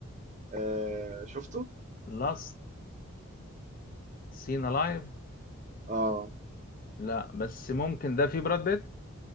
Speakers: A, on the right; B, on the left.
A: آه شفته؟
B: لاست سين الايف
A: اه
B: لا بس ممكن ده في براد بيت